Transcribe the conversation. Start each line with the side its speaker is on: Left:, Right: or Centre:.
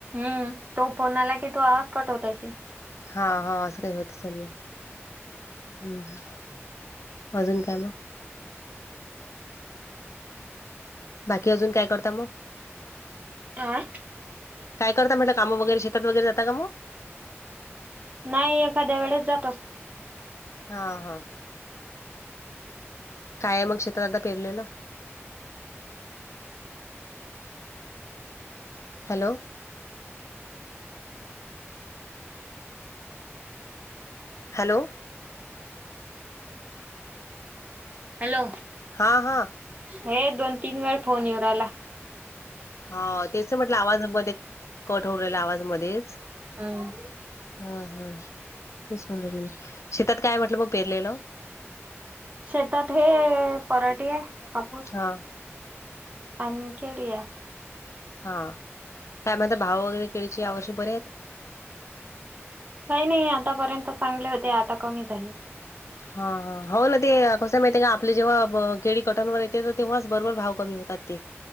Right: हम तो फोन आला की तो आवाज कट होत आसेल.
Left: हा हा अस काय होत सगळ हम्. आजून काय मग? बाकी अजून काय करता मग.
Right: आं
Left: काय करता म्हटलं काम वगैरे शेतात वगैरे जात का मग.
Right: नाही एखाद्या वेळेस जात असत.
Left: हा हा. काय मग शेतात आता पेरलेलं. हॅलो. हॅलो.
Right: हॅलो.
Left: हा हा
Right: हे दोन तीन वेळ फोन येऊ राहला.
Left: हा तेच तर म्हटलं आवाज मध्ये कट होऊ राहिला आवाजमध्येच
Right: हम.
Left: हा हा तेच म्हणले की शेतात काय म्हटलं मग पेरलेलं.
Right: शेतात हे पराटे कापूस.
Left: हा
Right: अान केल्या.
Left: हा काय म्हणता भाव वगैरे केळीचे या वर्षे बरे आहेत.
Right: नाही नाही आतापर्यंत चांगले होते आता कमी झाले.
Left: हा हा हो ना ते कसं माहिती आहे का आपले जेव्हा केळी कटांवर येते तेव्हाच बरोबर भाव कमी होतात ते.